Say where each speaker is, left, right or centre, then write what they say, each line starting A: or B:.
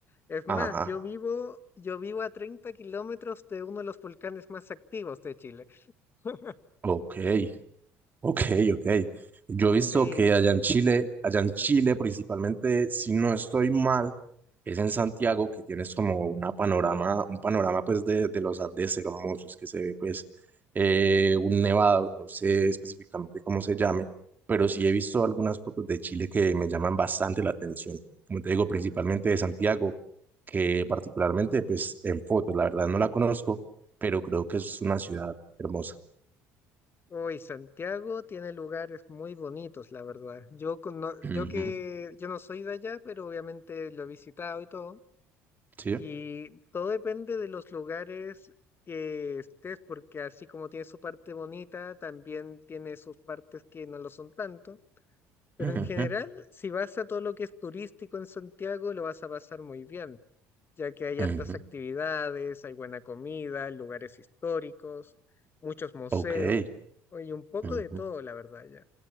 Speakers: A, on the left; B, on the right.
A: Es
B: Ajá,
A: más, yo vivo, yo vivo a 30 kilómetros de uno de los volcanes más activos de Chile. <laughs>
B: ok. Ok, ok. Yo he visto
A: Sí,
B: que allá en Chile, allá en Chile principalmente, si no estoy mal, es en Santiago que tienes como una panorama, un panorama pues de, de los Andes hermosos que se ve pues eh, un nevado, no sé específicamente cómo se llame, pero sí he visto algunas fotos de Chile que me llaman bastante la atención. Como te digo, principalmente de Santiago, que particularmente pues en fotos, la verdad no la conozco, pero creo que es una ciudad hermosa.
A: Hoy Santiago tiene lugares muy bonitos, la verdad. Yo con- no-
B: Ujú,
A: yo que yo no soy de allá, pero obviamente lo he visitado y todo.
B: Sí.
A: Y todo depende de los lugares que estés, porque así como tiene su parte bonita, también tiene sus partes que no lo son tanto. Pero
B: Ujú.
A: en general, si vas a todo lo que es turístico en Santiago, lo vas a pasar muy bien ya que hay hartas
B: Ujú,
A: actividades, hay buena comida, lugares históricos, muchos museos,
B: Ok.
A: y un poco
B: ujú,
A: de todo, la verdad, ya.